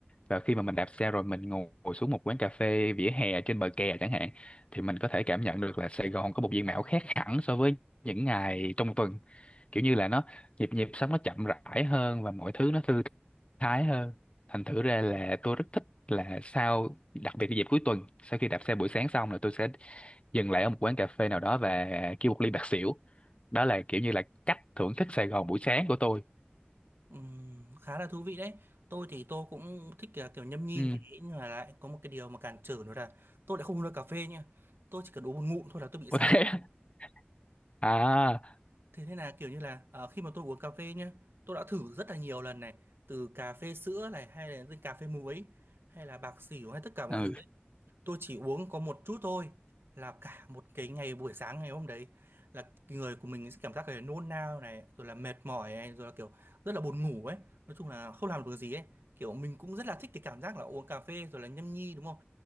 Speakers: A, on the left; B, on the right.
A: và khi mà mình đạp xe rồi mình ngồi xuống một quán cà phê vỉa hè trên bờ kè chẳng hạn thì mình có thể cảm nhận được là Sài Gòn có một diện mạo khác hẳn so với những ngày trong tuần kiểu như là nó nhịp nhịp sống nó chậm rãi hơn và mọi thứ nó thư thái hơn thành thử ra là tôi rất thích là sau đặc biệt là dịp cuối tuần sau khi đạp xe buổi sáng xong là tôi sẽ dừng lại ở một quán cà phê nào đó và kêu một ly bạc xỉu đó là kiểu như là cách thưởng thức Sài Gòn buổi sáng của tôi
B: Ừm, khá là thú vị đấy. Tôi thì tôi cũng thích là kiểu nhâm nhi
A: ừ
B: thì nhưng mà lại có một cái điều mà cản trở nữa là tôi lại không uống được cà phê nha. Tôi chỉ cần uống một ngụm thôi là tôi bị
A: có
B: say.
A: thế <laughs> à
B: Thế nên là kiểu như là ờ, khi mà tôi uống cà phê nhá tôi đã thử rất là nhiều lần này, từ cà phê sữa này hay là cà phê muối hay là bạc xỉu hay tất cả mọi
A: ừ
B: thứ tôi chỉ uống có một chút thôi là cả một cái ngày buổi sáng ngày hôm đấy là người của mình sẽ cảm giác cái nôn nao này rồi là mệt mỏi này rồi là kiểu rất là buồn ngủ ấy nói chung là không làm được gì ấy kiểu mình cũng rất là thích cái cảm giác là uống cà phê rồi là nhâm nhi đúng không